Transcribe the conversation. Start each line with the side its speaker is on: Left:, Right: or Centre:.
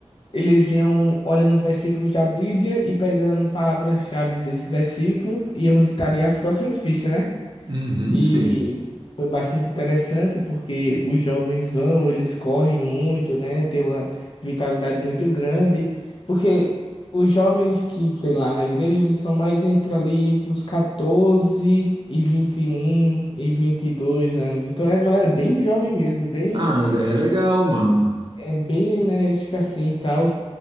Left: eles iam olhando versículos da Bíblia e pegando palavras-chave desse versículo e onde estaria as próximas pistas, né?
Right: Uhum,
Left: E
Right: sim.
Left: foi bastante interessante porque os jovens vão, eles correm muito, né? Tem uma vitalidade muito grande, porque os jovens que tem lá na igreja, eles são mais entre ali entre os 14 e 21 e 22 anos. Então é uma galera bem jovem mesmo, bem
Right: Ah, daí é legal, mano.
Left: é bem enérgica assim, e tal.